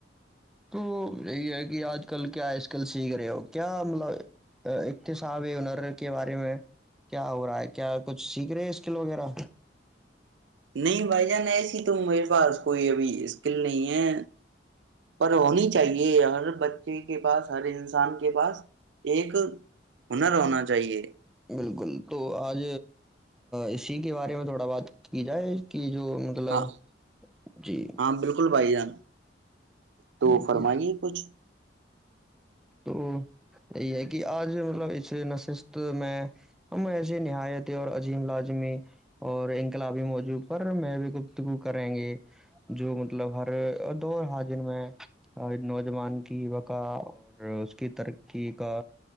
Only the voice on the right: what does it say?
نہیں بھائی جان ایسی تو میرے پاس کوئی ابھی اسکل نہیں ہے پر ہونی چاہیے یار بچے کے پاس ہر انسان کے پاس ایک ہنر ہونا چاہیے
ہاں
ہاں بالکل بھائی جان تو
فرمائی گے کچھ